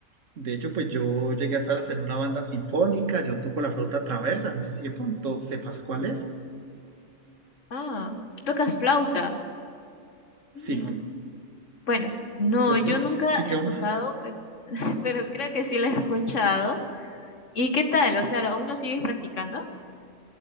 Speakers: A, on the right; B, on the left.
A: De hecho, pues yo llegué a estar hasta en una banda sinfónica, yo toco la flauta traversa, no sé si de pronto sepas cuál es.
B: Ah, tocas flauta.
A: Sí,
B: Ah. Bueno, no,
A: entonces
B: yo
A: pues
B: nunca
A: digamos
B: he tocado, pero, <laughs> pero creo que sí la he escuchado. ¿Y qué tal? O sea, ¿aún lo sigues practicando?